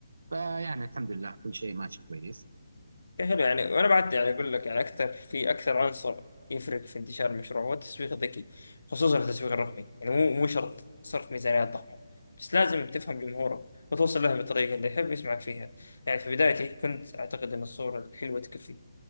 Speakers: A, on the right; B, on the left.
A: فيعني الحمد لله كل شيء ماشي كويس
B: حلو يعني وانا بعد يعني اقول لك يعني اكثر في اكثر عنصر يفرق في انتشار المشروع هو التسويق الذكي خصوصا التسويق الرقمي يعني مو مو شرط صرف ميزانيات ضخمه بس لازم تفهم جمهورك وتوصل له بالطريقه اللي يحب يسمعك فيها يعني في بدايتي كنت اعتقد ان الصوره الحلوه تكفي